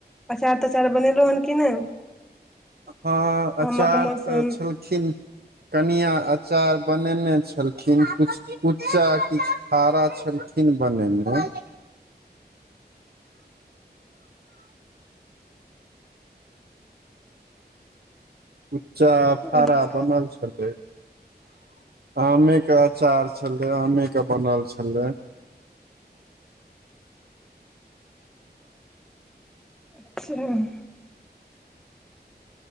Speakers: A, in the centre; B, on the right.
A: अचार तचार बनेलौ हन कि नहि
B: हँ आचार्य
A: आमक मौसम
B: तऽ छलखिन। कनिआ अचार बनेने छलखिन कुछ-कुच्चा कि आरा छलखिन बनेने। उच्चा फारा
A: अच्छा
B: बनल छै आमे के अचार छल आमे के बनल छलै
A: अच्छा। <unintelligible>